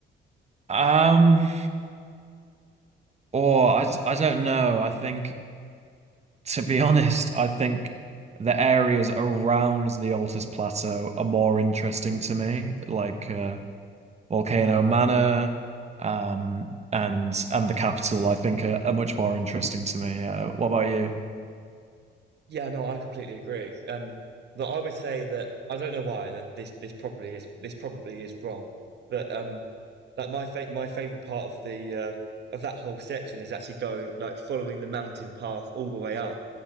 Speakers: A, on the right; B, on the right.
A: Um, or I, d- I don't know. I think, to be <laughs> honest, I think the areas around the Altus Plateau are more interesting to me. Like, uh, Volcano Manor, um, and and the capital, I think are, are much more interesting to me. Uh, what about you?
B: Yeah, no, I completely agree. Um, but I would say that I don't know why, and this this probably is this probably is wrong, but um, like my fa my favorite part of the uh of that whole section is actually going like following the mountain path all the way up,